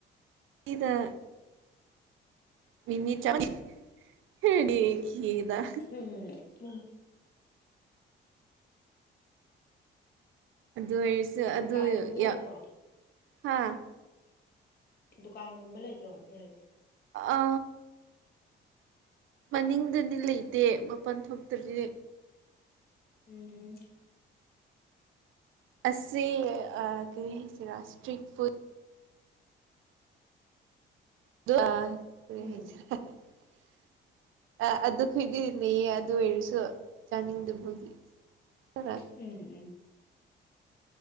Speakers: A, on the right; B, on the left.
A: ꯁꯤꯗ ꯃꯤꯃꯤ <unintelligible> <unintelligible>
B: ꯎꯝ
A: ꯑꯗꯨ ꯑꯣꯏꯔꯁꯨ ꯑꯗꯨ
B: ꯗꯨꯀꯥꯟꯒꯨꯝꯕ
A: ꯌꯥ
B: ꯂꯩꯇ꯭ꯔꯣ
A: ꯍꯥ
B: ꯗꯨꯀꯥꯟꯒꯨꯝꯕ ꯂꯩꯇ꯭ꯔꯣ ꯅꯣꯏ
A: ꯑ ꯃꯅꯤꯡꯗꯗꯤ ꯂꯩꯇꯦ ꯃꯄꯜ ꯊꯣꯛꯇꯗꯤ
B: ꯎꯝ
A: ꯑꯁꯤ ꯀꯔꯤ ꯍꯥꯏꯁꯦ ꯏꯁꯇ꯭ꯔꯤꯛ ꯐꯨꯠ <unintelligible>
B: ꯎꯝ
A: ꯑ ꯑꯗꯨꯈꯣꯏꯗꯤ ꯂꯩꯌꯦ ꯑꯗꯨ ꯑꯣꯏꯔꯁꯨ ꯆꯥꯅꯤꯡꯗꯕꯒꯤ <unintelligible>
B: ꯎꯝ ꯎꯝ